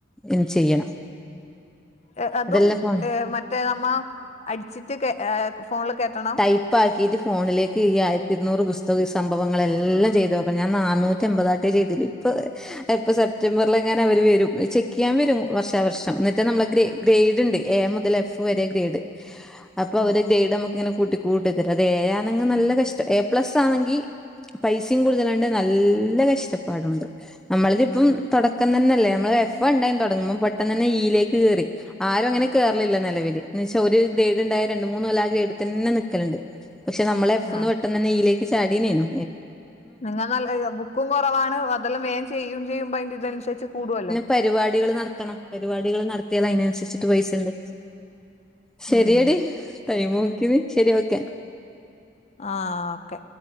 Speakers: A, in the centre; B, on the left.
A: ഇൻ ചെയ്യണം
B: ഏ അതും
A: അതെല്ലാം ഫോൺ
B: ഹ് മറ്റേ നമ്മ അട്ച്ചിട്ട് കേ ഹ് ഫോണിൽ കേറ്റണോ?
A: ഇപ്പാക്കിട്ട് ഫോണിലേക്ക് ഈ ആയിരത്തി ഇരുന്നൂറ് പുസ്തകം ഈ സംഭവങ്ങളെല്ലാം ചെയ്തു വെ ക്കണം ഞാൻ നന്നൂറ്റി എമ്പതാട്ടെ രീതീൽ ഇപ്പൊ ഇപ്പൊ സെപ്റ്റംബർല് എങ്ങാന വര് വരും ചെക്കെയ്യാൻ വരും വർഷാവർഷം എന്നിട്ട് നമ്മളെ ഗ്രെ ഗ്രേഡ്ണ്ട് എ മുതൽ എഫ് വരെ ഗ്രേഡ് അപ്പൊ
B: ഉം
A: അവര് ഗ്രേഡ് നമുക്ക് ഇങ്ങനെ കൂട്ടി കൂട്ടിതരും അത് ഏ ആണെങ്കി നല്ല കഷ്ട്ടം എ പ്ലസ് ആണെങ്കി പൈസിം കൂടുതലാണ്ട് നല്ല കഷ് ട്ട പ്പാടുണ്ട് നമ്മളിതിപ്പം തൊടക്കം തന്നെല്ലേ നമ്മള് എഫ് ണ്ടായി തൊടങ്ങുമ്പ പെട്ടെന്ന് തന്നെ ഈയിലേക്ക് കേറി ആരും അങ്ങനെ കേറലില്ല നെലവി ൽ എന്ന് വെച്ചാ ഒരു ഗ്രേഡ് ണ്ടായ രണ്ട് മൂന്ന് കൊല്ല ആ ഗ്രേഡ് തന്നെ നിക്കല്ണ്ട് പക്ഷെ നമ്മള് എഫ്
B: ആഹ്
A: ന്ന് പെട്ടെന്നന്നെ ഈയിലേക്ക് ചാടീന്നേനു
B: നിങ്ങൾ നല്ല ബുക്കും കൊറവാണ് അതെല്ലാം വേം ചെയ്യും ചെയ്യുമ്പൊ അയ്ന്റെ ഇതനുസരിച്ച് കൂടോല്ലോ
A: പരിപാടികള് നടത്തണം പരിപാടികള് നടത്തിയാൽ അയ്നനുസര്ച്ട്ട് പൈസണ്ട് ശെരിയെടി
B: ഉം
A: ടൈം നോക്കീ നീ ശെരി ഓക്കെ
B: ആ ഓക്കെ